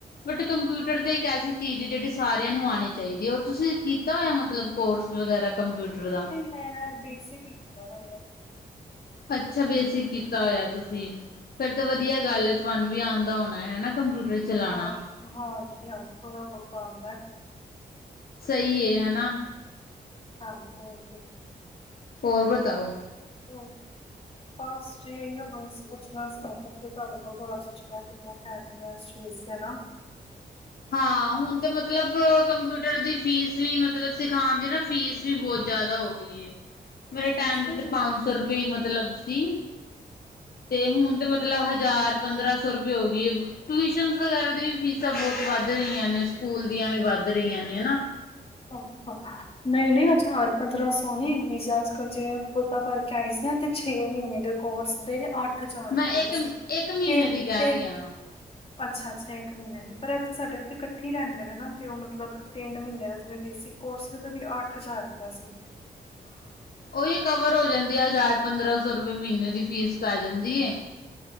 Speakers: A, on the left; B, on the left.
A: ਬਟ ਕੰਪਿਊਟਰ ਤੇ ਇੱਕ ਐਸੀ ਏ ਜੇਹੜੀ ਸਾਰਿਆਂ ਨੂੰ ਆਉਣੀ ਚਾਹੀਦੀ ਔਰ ਤੁਸੀਂ ਕੀਤਾ ਹੋਆ ਮਤਲਬ ਕੋਰਸ ਵਗੈਰਾ ਕੰਪਿਊਟਰ ਦਾ।
B: ਮੈ ਨਾ ਬੇਸਿਕ ਹੀ ਕੀਤਾ ਹੋਇਆ ਵੇ।
A: ਅੱਛਾ, ਬੇਸਿਕ ਕੀਤਾ ਹੋਇਆ ਤੁਸੀਂ। ਫੇਰ ਤੇ ਵਧੀਆ ਗੱਲ ਏ ਤੁਆਨੂੰ ਵੀ ਆਂਦਾ ਹੋਣਾ ਹੈਨਾਂ ਕੰਪਿਊਟਰ ਚਲਾਉਣਾ।
B: ਹਾਂ, ਹਾਂ, ਇਤਿਹਾਸ ਥੋੜਾ-ਬੋਤ ਆਂਦਾ
A: ਸਈ ਏ ਹਨਾਂ।
B: ਹਾਂਜੀ, ਹਾਂਜੀ।
A: ਹੋਰ ਬਤਾਓ?
B: <inaudible> ਫਸ ਜੀ ਇਨ੍ਹਾਂ ਕੰਮ ਸੀ ਪੁੱਛਣਾ ਸੀ, <unintelligible> ਮੈਂ ਤੁਆਡੇ ਕੋਲ ਥੋੜਾ ਪੁੱਛਣਾ, ਕਰਨਾ। <unintelligible> ਨਾਂ
A: ਹਾਂ ਹੁਣ ਤੇ ਮਤਲਬ ਕੰਪਿਊਟਰ ਦੀ ਫੀਸ ਵੀ ਮਤਲਬ ਸਿਖਾਣ ਦੀ ਨਾਂ ਫੀਸ ਵੀ ਬੋਤ ਜ਼ਿਆਦਾ ਹੋਗੀ ਹੁਈ ਏ ਆ। ਮੇਰੇ ਟਾਇਮ
B: ਅੱਛਾ
A: ਦੇ ਤੇ
B: ਜੀ।
A: ਪੰਜ ਸੌ ਰੁਪਏ ਮਤਲਬ ਸੀ ਤੇ ਹੁਣ ਤੇ ਮਤ ਮਤਲਬ ਹਜ਼ਾਰ-ਪੰਦਰਾਂ ਸੌ ਰੁਪਏ ਹੋ ਗਈ ਏ ਟਿਊਸ਼ਨ ਵਗੈਰਾ ਦੀ ਵੀ ਫੀਸਾਂ ਬੋਤ ਵੱਧ ਵੱਧ ਰਈਆਂ ਨੇਂ, ਸਕੂਲ ਦੀਆਂ ਵੀ ਵੱਧ ਰਈਆਂ ਨੇਂ ਹਨਾਂ
B: ਅੱਛਾ। ਨਈਂ, ਨਈਂ, ਹਜ਼ਾਰ-ਪੰਦਰਾਂ ਸੋ ਨੀਂ <unintelligible> ਜੇ ਅੱਜ-ਕਲ ਜੇਵੇ ਪਤਾ ਕਰ ਸੀ ਆ ਛੇ ਮੀਂਨੇ ਦੇ ਕੋਰਸ ਦੇ ਅੱਠ ਫਿਰ ਸਟਾਟ
A: ਮੈਂ
B: ਹੋ ਗਏ
A: ਇੱਕ
B: ਸੀ।
A: ਇੱਕ ਮਹੀਨੇ
B: ਤਿੰਨ-ਤਿੰਨ।
A: ਦੀ ਕਹਿ ਰਹੀ ਹਾਂ।
B: ਅੱਛਾ-ਅੱਛਾ ਇੱਕ ਮਹੀਨੇ ਦੀ। ਪਰ ਇੱਥੇ ਸਾਡੇ ਇੱਥੇ ਕੱਠੀ ਲੈਂਦੇ ਨੇਂ ਨਾਂ ਤੇ ਓ ਮਤਲਬ ਤਿੰਨ ਮੀਂਨੇਂ ਦਾ ਜਿਵੇਂ ਬੇਸਿਕ ਕੋਰਸ ਦੀ ਵੀ ਅੱਠ ਹਜ਼ਾਰ ਰੁਪਇਆ ਸੀ।
A: ਓਈ ਕਵਰ ਹੋ ਜਾਂਦੀ ਏ, ਹਜ਼ਾਰ-ਪੰਦਰਾਂ ਸੌ ਰੁਪਏ ਦੀ ਫੀਸ ਪੈ ਜਾਂਦੀ ਏ।